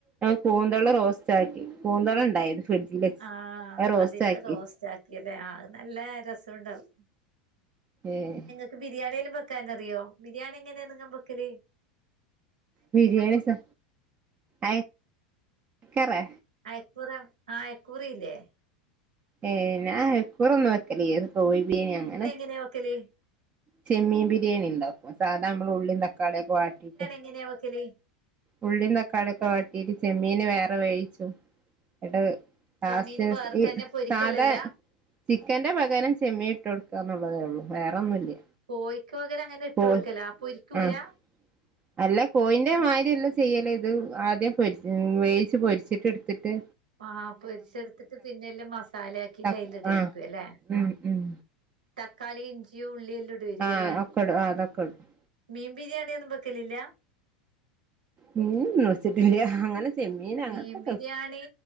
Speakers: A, on the right (about 30°); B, on the right (about 90°).
A: ആഹ് കൂന്തള് റോസ്റ്റാക്കി കൂന്തള്ണ്ടായ്ന്ന് ഫ്രിഡ്ജില്
B: ആഹ്
A: അയ്റോസ്റ്റാക്കി
B: അതിന്റെ റോസ്റ്റ് ആക്കിയല്ലേ ആ അത് നല്ല രസണ്ടാവും
A: ഏഹ്
B: ക്ക് ബിരിയാണിയെല്ലാം വെക്കാനറിയോ ബിരിയാണി എങ്ങനാന്ന് നിങ്ങാ ബെക്കല്
A: ബിരിയാണി എത്താ അയ്ക്കുറെ
B: അയക്കൂറ ആഹ് അയക്കൂറയില്ലേ
A: ഏഹ് ഞാ അയക്കൂറൊന്നു വെക്കലില്ല കോഴിബിരിയാണി അങ്ങനെ
B: എങ്ങനെയ വെക്കല്
A: ചെമ്മീൻ ബിരിയാണിണ്ടാക്കും സാധാ നമ്മള് ഉള്ളീ തക്കാളിയൊക്കെ വഴട്ടീട്ട്
B: എങ്ങനെ വെക്കല്
A: ഉള്ളീം തക്കാളിയൊക്കെ വഴട്ടീട്ട് ചെമ്മീന് വേറെ വേയ്ച്ചും നട്ടത് <unintelligible>
B: ചെമ്മീന് വേർത്തന്നെ
A: ഈ
B: പൊരിക്കലല്ല
A: സാധാ ചിക്കന്റെ പകരം ചെമ്മി ഇട്ട് കൊടുക്കാന്നൊള്ളതേ ഒള്ളൂ വേറൊന്നുല്ല
B: കോയ്ക്ക് പകരം അങ്ങനെ ഇട്ട്
A: കോഴി
B: കൊടുക്കലാ പൊരിക്കൂല്ല
A: ആഹ് അല്ല കോയീന്റെ മാരി എല്ല ചെയ്യല് ഇത് ആദ്യം പൊരി വേവിച്ച് പൊരിച്ചിട്ട് എട്ത്തിട്ട്
B: ആഹ് പൊരിച്ചെട്ത്തിട്ട് പിന്നെല്ലാം മസാലയാക്കീട്ട്
A: ത
B: അയിലിടാരിക്കുല്ലേ
A: ആഹ് ഉം ഉം
B: തക്കാളി ഇഞ്ചി ഉള്ളിയെല്ലാം ഇടുവാരിക്കുല്ലേ
A: ആഹ് ഒക്കെ ഇടും അതൊക്കെ ഇടും
B: മീൻ ബിരിയാണി ഒന്നും വെക്കലില്ല?
A: മീൻ വെച്ചട്ടില്ല അങ്ങനെ. ചെമ്മീൻ അങ്ങനത്തൊക്കെ
B: മീൻ ബിരിയാണി
A: വെക്കും